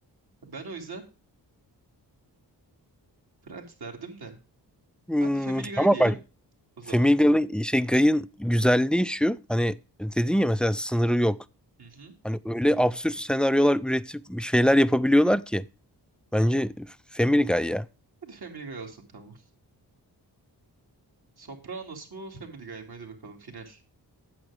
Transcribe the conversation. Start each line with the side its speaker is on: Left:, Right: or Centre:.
Right: Ben o yüzden Friends derdim de.
Centre: Hmm,
Right: Hadi Family Guy
Centre: ama
Right: diyelim
Centre: bak
Right: o zaman.
Centre: Family Guy'ın şey Guy'ın güzelliği şu. Hani dedin ya mesela sınırı yok.
Right: Hı hı.
Centre: Hani öyle absürt senaryolar üretip bir şeyler yapabiliyorlar ki. Bence Family Guy ya.
Right: Hadi Family Guy olsun tamam. Sopranos mu Family Guy mı? Hadi bakalım final.